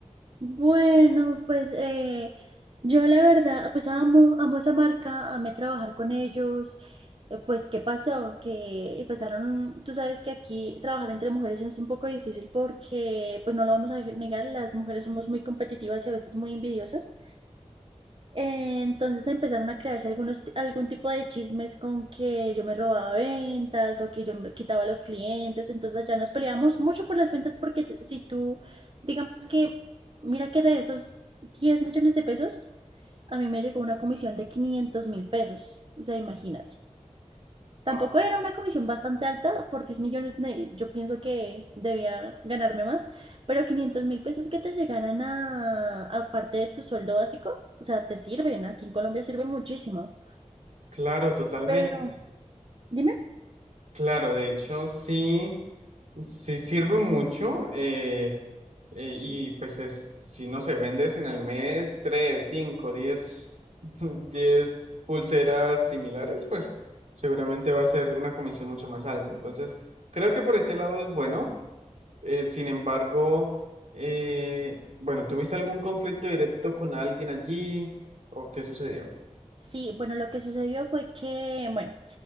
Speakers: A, on the right; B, on the right.
A: Bueno, pues eh, yo la verdad, pues amo, amo esa marca, amé trabajar con ellos. Eh, Pues, ¿qué pasó? Que empezaron, tú sabes que aquí trabajar entre mujeres es un poco difícil porque, pues no lo vamos a negar, las mujeres somos muy competitivas y a veces muy envidiosas. Eh, Entonces empezaron a crearse algunos, ti- algún tipo de chismes con que yo me robaba ventas o que yo me quitaba a los clientes. Entonces ya nos peleábamos mucho por las ventas porque t- si tú, digamos que, mira que de esos 10 millones de pesos, a mí me llegó una comisión de quinientos mil pesos. O sea, imagínate. Tampoco
B: Ah,
A: era una comisión bastante alta, por 10 millones ne- yo pienso que debía ganarme más, pero quinientos mil pesos que te llegaran a, a parte de tu sueldo básico, o sea, te sirven, aquí en Colombia sirve muchísimo.
B: claro, totalmente.
A: Pero, dime.
B: Claro, de hecho sí, sí sirve mucho eh, eh, y pues es, si no se vendes en el mes 3, 5, 10, <laughs> 10 pulseras similares, pues seguramente va a ser una comisión mucho más alta. Entonces, creo que por ese lado es bueno. Eh, sin embargo, eh, bueno, ¿tuviste algún conflicto directo con alguien allí o qué sucedió?
A: Sí, bueno, lo que sucedió fue que, bueno,